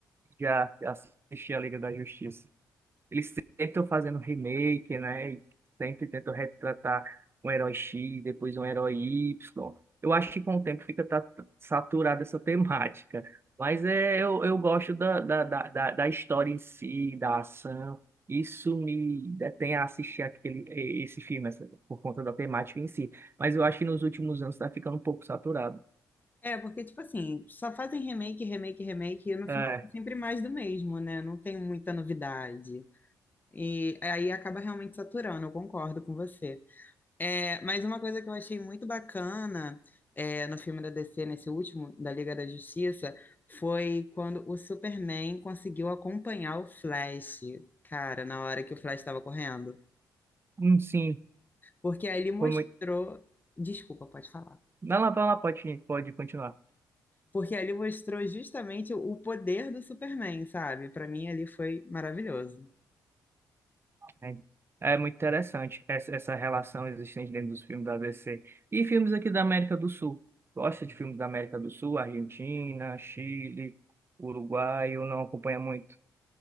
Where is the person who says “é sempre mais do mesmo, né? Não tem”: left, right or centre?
Left